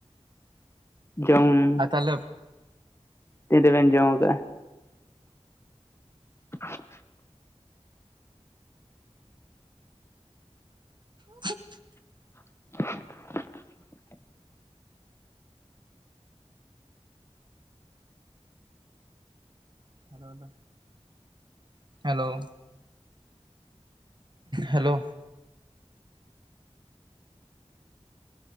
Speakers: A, on the left; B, on the right.
A: ᱡᱚᱢ
B: ᱟ ᱛᱟᱦᱚᱞᱮ
A: ᱛᱤᱱ ᱨᱮᱵᱮᱱ ᱡᱚᱢ ᱟᱠᱟᱫᱼᱟ? <inaudible>
B: <inaudible>
A: <inaudible>
B: ᱦᱚᱞᱟ ᱫᱚ hello. Hello.